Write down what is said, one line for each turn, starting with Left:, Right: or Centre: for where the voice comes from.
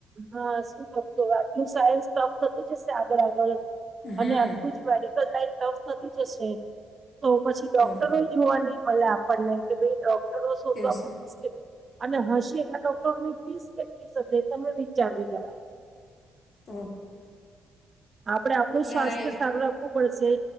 Right: હા શું કરશો આટલું સાયન્સ ટફ થતું જ હશે આગળ આગળ
Left: હમ
Right: અને આટલું જ મેડિકલ લાઈન ટફ થતી જશે તો પછી ડોક્ટરોય
Left: બરાબર
Right: જોવા નહી મળે આપણને કે ભાઈ ડોક્ટરો શોધવા
Left: ત્યો શું?
Right: બહુ મુશ્કેલ અને હશે એટલા ડોક્ટરોની ફીસ કેટલી સાથે તમે વિચારજો જરા
Left: તેં
Right: આપડે આપણું સ્વાસ્થ્ય
Left: આ એ-
Right: સારું રાખવું પડશે